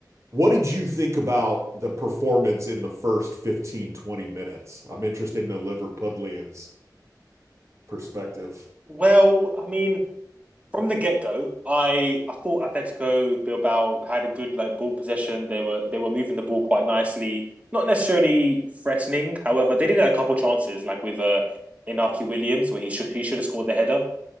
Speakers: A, on the right; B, on the right.
A: what did you think about the performance in the first 15 20 minutes? I'm interested in a Liverpudlian's perspective.
B: Well, I mean, from the get-go, I I thought Atletico Bilbao had a good like ball possession. They were they were moving the ball quite nicely, not necessarily threatening. However, they did have a couple chances, like with uh Inaki Williams, where he should he should have scored the header.